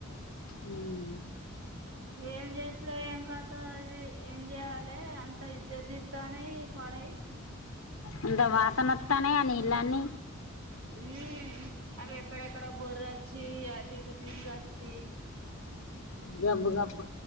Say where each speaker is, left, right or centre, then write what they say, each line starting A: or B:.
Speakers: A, on the left; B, on the right.
A: ఉమ్
B: ఏం జేసుడో ఏం కథో అవి ఏం జేయాలే అంత ఇజ్జద్దీత్తానయ్ పడయి.
A: అంత వాసన అత్తానయ్ ఆ నీళ్ళన్నీ.
B: ఉమ్ అవి ఎక్కడెక్కడో బొర్రచ్చి అటు ఇటు తీరుగచ్చీ.
A: గబ్బు గబ్బు